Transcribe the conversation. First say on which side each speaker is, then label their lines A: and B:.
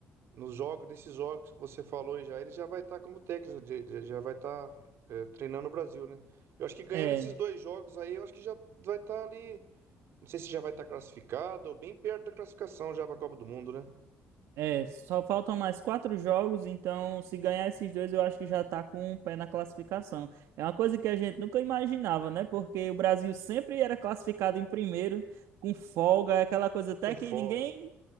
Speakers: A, on the right; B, on the right.
A: nos jogos, nesses jogos que você falou aí já, ele já vai estar como técnico, de- de- já vai estar treinando o Brasil, né? Eu acho que ganhando
B: É.
A: esses dois jogos aí, eu acho que já vai estar ali Não sei se já vai estar classificado ou bem perto da classificação já para a Copa do Mundo, né?
B: É, só faltam mais quatro jogos, então se ganhar esses dois, eu acho que já tá com um pé na classificação. É uma coisa que a gente nunca imaginava, né? Porque o Brasil sempre era classificado em primeiro, com folga, aquela coisa até
A: Com
B: que
A: folga.
B: ninguém,